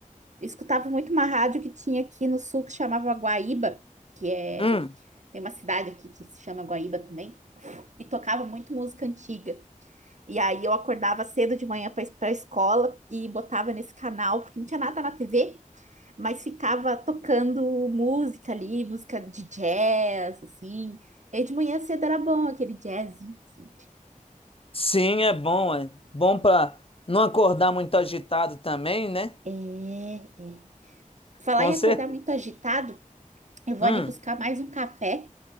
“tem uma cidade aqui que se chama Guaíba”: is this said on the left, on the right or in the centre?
Right